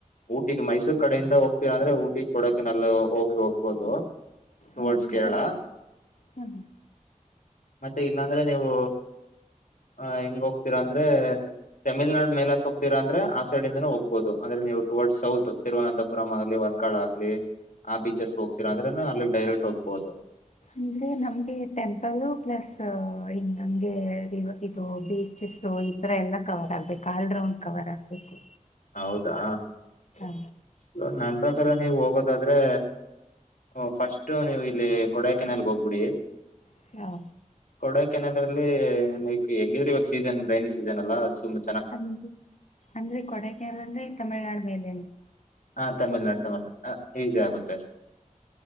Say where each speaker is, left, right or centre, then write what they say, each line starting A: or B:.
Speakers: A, on the left; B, on the left.
A: ಊಟಿಗೆ ಮೈಸೂರ್ ಕಡೆಯಿಂದ ಹೋಗ್ತೀರ ಅಂದ್ರೆ ಊಟಿ ಕೊಡಕೆ ನಲ್ಲ ಹೋಗಿ ಹೋಗ್ಬೋದು ಟುವರ್ಡ್ಸ್
B: ಹೌದಾ
A: ಕೇರಳ
B: ಹಾ
A: ಮತ್ತೆ ಇಲ್ಲಾಂದ್ರೆ ನೀವು ಹ ಹೆಂಗ್ ಹೋಗ್ತೀರಾ ಅಂದ್ರೆ ತಮಿಳ್ನಾಡು ಮೇಲ ಹೋಗ್ತೀರಾ ಅಂದ್ರೆ ಸೈಡ್ಂದ ಹೋಗ್ಬಹುದು ಅಂದ್ರೆ ನೀವು ಟುವವರ್ಡ್ಸ್ ಸೌತ್ ತಿರುವನಂತಪುರಂ ಆಗ್ಲಿ ವರ್ಕಾಳ ಆಗ್ಲಿ ಆ ಬೀಚಸ್ಗೆ ಹೋಗ್ತಿರ ಅಂದ್ರೆನು ಅಲ್ಲಿ ಡೈರೆಕ್ಟ್ ಹೋಗ್ಬೋದು
B: ಅಂದ್ರೆ ನಮ್ಗೆ ಟೆಂಪಲ್ ಪ್ಲಸ್ ಹಿಂಗ ಹಂಗೆ ಇದು ಬೀಚಸ್ ಈಥರ ಎಲ್ಲ ಕವರ್ ಆಗ್ಬೇಕು ಆಲ್ ರೌಂಡ್ ಕವರ್ ಆಗ್ಬೇಕು
A: ಹೌದಾ
B: ಹ
A: ಸೊ ನನ್ ಪ್ರಕಾರ ನೀವು ಹೋಗೋದಾದ್ರೆ ಓ ಫಸ್ಟ್ು ನೀವು ಇಲ್ಲಿ ಕೊಡಾಯ ಕೆನ್ಲ್ಗೆ ಹೋಗ್ಬಿಡಿ
B: ಅಂದ
A: ಕೊಡಕನಗರಲ್ಲಿ ಹೆಂಗಿದ್ರ ಇವಾಗ ಸೀಸನ್ ರೈನಿ ಸೀಸನ್ ಅಲ್ಲ ಸುಮ
B: ಅ ಅಂದ್ರೆ ಕೊಡೇಕೇರಲ್ ಅಂದ್ರೆ ತಮಿಳುನಾಡು ಮೇಲೆ
A: ಹ ತಮಿಳ್ನಾಡು ತಮಿಳ್ನಾ ಹ ಈಜಿ ಆಗುತ್ತೆ